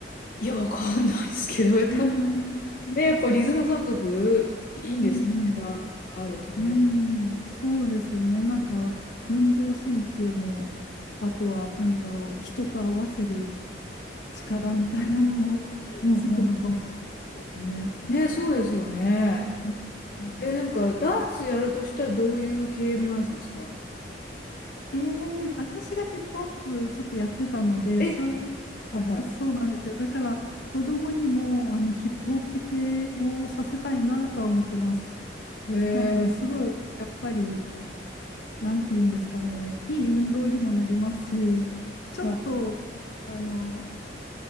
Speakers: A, on the left; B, on the left.
A: いや、わかんないですけど、やっぱ、
B: <laughs>
A: ね、やっぱリズム感覚いいんですかね、
B: うん
A: あ、あるとね。
B: うん。うん、そうですよね。なんか、運動神経も、あとは、なんだろう、人と合わせる力みたいなのもつくのかもしれないですね。
A: うんうん。ね、そうですよね。
B: うんうん
A: え、なんかダンスやるとしたらどういう系のダンスですか
B: えー、私がヒップホップちょっとやってたので、
A: え、
B: それ、
A: はいはい。
B: そうなんですよ。だから子供にもあのヒップホップ系をさせたいなとは思ってます。
A: えー、
B: なんかすごいやっぱりなんて言うんですかね、いい運動にもなりますし、ちょっとあの
A: あ、